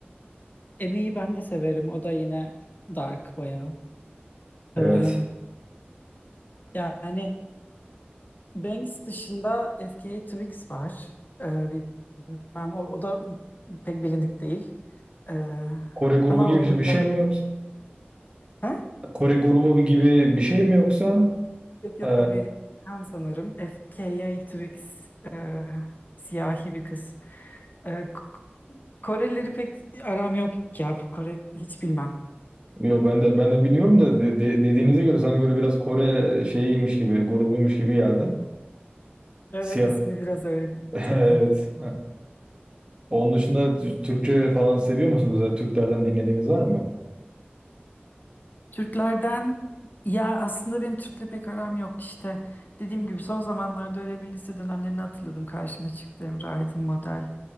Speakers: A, on the left (about 50°); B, on the right (about 25°).
A: Emi'yi ben de severim. O da yine dark bayağı.
B: Evet.
A: Em, yani Banks dışında FKA Twigs var. E, bilmem o, o da pek bilindik değil. E,
B: Kore grubu
A: ama
B: gibi
A: onun dışında...
B: bir şey mi yoksa?
A: Ha?
B: Kore grubu gibi bir şey mi yoksa?
A: Yok yok
B: e,
A: Amerikan sanırım. FKA Twigs e, siyahi bir kız. E, K- Korelileri pek aram yok ya. Kore hiç bilmem.
B: Yo ben de ben de bilmiyorum da de- de- dediğinize göre sanki böyle biraz Kore şeyiymiş gibi, grubuymuş gibi geldi.
A: Evet
B: Siyah.
A: ismi biraz öyle
B: <laughs>
A: gerçekten.
B: Evet. Onun dışında Türkçe falan seviyor musunuz? Ya Türklerden dinlediğiniz var mı?
A: Türklerden ya aslında benim Türk'le pek aram yok işte. Dediğim gibi son zamanlarda öyle bir lise dönemlerini hatırladım. Karşıma çıktı Emre Aydın model